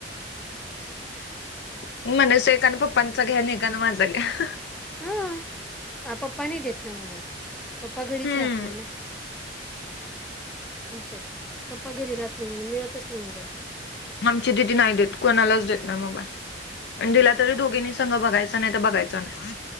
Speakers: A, on the left; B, in the centre.
A: म्हणजे सकां पप्पांचा घ्यां आणि येकां नं माझां घ्यां
B: हम्मं पप्पां नाहीं देतं नां मोबाईल पप्पां घरीच
A: हम्म.
B: राहतं नाहीं नां असं आहे पप्पां घरी राहतं नाहीं म्हणूंन मिळतंच नाहीं मोबाईल
A: आमची दिदीनाही देतं कोणांलाच देतं नाहीं मोबाईल अंण दिला तरी दोघींनी संग बघायचं नाहीं बघायचं नाहीं